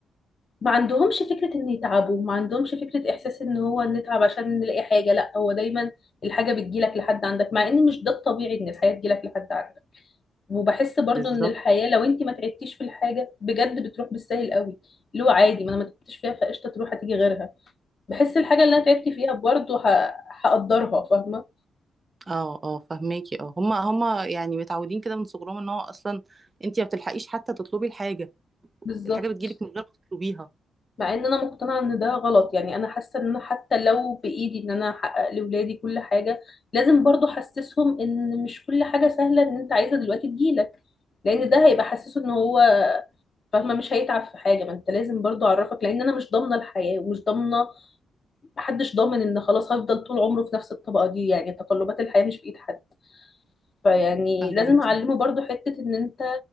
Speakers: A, on the left (about 40°); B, on the right (about 25°).
A: ما عندهمش فكرة ان يتعبوا ما عندهمش فكرة احساس ان هو نتعب عشان نلاقي حاجة لا هو دايما الحاجة بتجيلك لحد عندك مع ان مش ده الطبيعي ان الحياة تجيلك لحد عندك وبحس برضو
B: بالظبط
A: ان الحياة لو انت ما تعبتيش في الحاجة بجد بتروح بالسهل قوي اللي هو عادي ما انا ما تعبتش فيها فقشطة تروح هتيجي غيرها بحس الحاجة اللي انا تعبت فيها برضو ه... هقدرها فاهمة
B: اه اه فهماكي اه هما هما يعني متعودين كده من صغرهم ان هو اصلا انت ما بتلحقيش حتى تطلبي الحاجه
A: بالظبط
B: الحاجه بتجيلك من غير ما تطلبيها
A: مع ان انا مقتنعه ان ده غلط يعني انا حاسه ان انا حتى لو بايدي ان انا احقق لاولادي كل حاجه لازم برضو احسسهم ان مش كل حاجه سهله ان انت عايزه دلوقتي تجيلك لان ده هيبقى حسسه ان هو فاهمه مش هيتعب في حاجه ما انت لازم برضو اعرفك لان انا مش ضامنه الحياه ومش ضامنه محدش ضامن ان خلاص هفضل طول عمره في نفس الطبقه دي يعني تقلبات الحياه مش بايد حد فيعني
B: فهماكي
A: لازم اعلمه برضو حتة ان انت